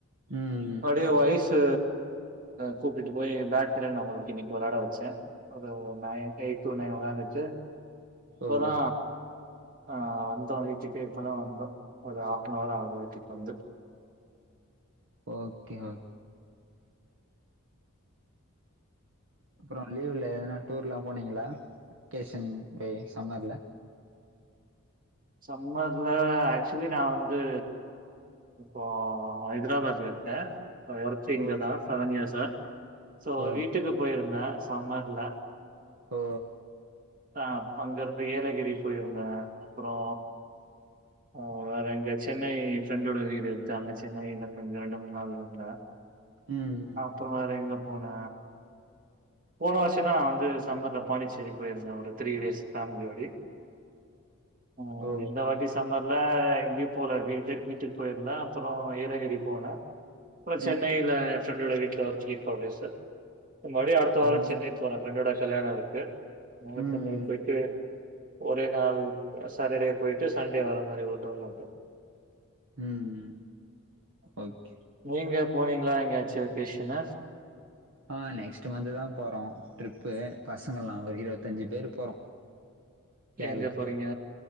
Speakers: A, on the right (about 60°); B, on the right (about 40°).
A: ம்
B: இது வயசு கூப்ட்டுட்டு போய் பேட்மிட்டன் நா அவங்களுக்கு இன்னைக்கு விளாட வச்ச அது நைன் எயிட் டூ நைன் ஒக்காந்துருச்சு இப்பதா
A: ஓ
B: ஆ வந்தோ வீட்டுக்கு இப்பதா வந்தோ ஒரு ஹாஃப்னவர் ஆவுது வீட்டுக்கு வந்து
A: ஓகே ஓ அப்றோ லீவ்ல எதுனா டூர்லா போனீங்ளா வெகேஷன் டே சம்மர்ல
B: சம்மர்ல ஆக்சுவலி நா வந்து இப்போ ஹைதராபாத்ல இருக்கே ஒர்க் இங்கதா
A: ஓ
B: செவன் இயர்ஸ்ஸா ஸோ
A: ஓகே
B: வீட்டுக்கு போய்ருந்தே சம்மர்ல
A: ஓ
B: ஆ அங்கருந்து ஏலகிரி போய்ருந்தே அப்பறோ ஆ வேற எங்க சென்னை ஃப்ரெண்டோட வீடு இருந்தா அங்க சென்னைல கொஞ்சோ ரெண்டு மூண் நாள் இருந்தே
A: ம் ம்
B: அப்பறோ வேற எங்க போனே போன வர்ஷோ நா வந்து சம்மர்ல பாண்டிச்சேரி போயிருந்தே ஒ ரு த்ரீ டேஸ் ஃபேம்லியோடி ஆ
A: ஓ
B: இந்த வாட்டி சம்மர்ல எங்கியு போல வீட்டு வீட்டுக்கு போய்ருந்தே அப்றோ ஏலகிரி போன அப்றோ சென்னைல
A: ம் ம்
B: எ ஃப்ரெண்ட்டோட வீட்ல ஒரு த்ரீ ஃபோர் டேஸ்ஸு மறுப்டியு அடுத்த வாரோ
A: அங்க
B: சென்னை போன ஃப்ரெண்டோட கல்யாணோ இருக்கு அதனால
A: ம்
B: சென்னை
A: ம்
B: போய்ட்டு ஒரே நாள் சாட்டர்டே போயிட்டு சண்டே வர மாரி ஒர் நாள் மட்டு
A: ம் ம் ஓகே
B: நீங்க போனீங்களா எங்கயாச்சு வெகேஷனு
A: ஆ நெக்ஸ்ட்டு மன்த்து தா போறோ ட்ரிப்பு பசங்கள் நாங்க ஒரு இருவத்தஞ்சு பேர் போறோ கேரளா
B: எங்க போறீங்க